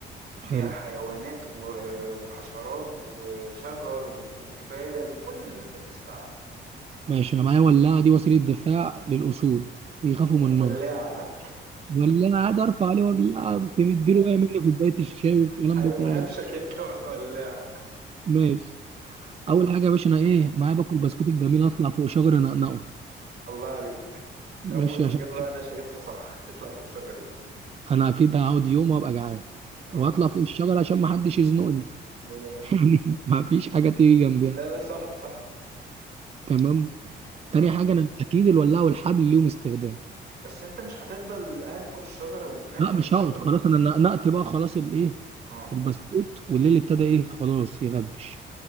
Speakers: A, on the right (about 60°); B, on the right (about 30°).
A: فيها
B: حلو
A: حيوانات و- وحشرات وشجر وجبال وكل اللي انت بتسأل عنه
B: ماشي أنا معايا ولاعة دي وسيلة دفاع للأسود بيخافوا من النار
A: ولاعة ها؟
B: ولاعة عادي أرفع عليه ولاعة مديله وقع مني كوباية الشاي والكلام
A: هيقوم
B: بتاع
A: هبشك انت <laughs> والولاعة
B: ماشي أول حاجة يا باشا أنا إيه معايا باكل بسكوت الجميل أطلع فوق شجرة أنقنقه
A: الله عليك
B: ماشي
A: اول اجابة
B: عشان
A: انا شايفها صح تطلع فوق الشجرة دي
B: انا اكيد هقعد يوم وابقى جعان
A: اه
B: واطلع فوق الشجره عشان ما حدش يزنقني
A: مية مية
B: <laughs> يعني ما فيش حاجه تيجي جنبيها
A: لا لا صح صح
B: تمام
A: اه
B: تاني حاجه انا اكيد الولاعه والحبل ليهم استخدام
A: بس انت مش هتفضل قاعد فوق الشجرة وتنام
B: لا
A: فوق
B: مش
A: الشجرة
B: هقعد خلاص انا نقت بقى خلاص الايه
A: اه
B: البسكوت والليل ابتدى ايه خلاص يغبش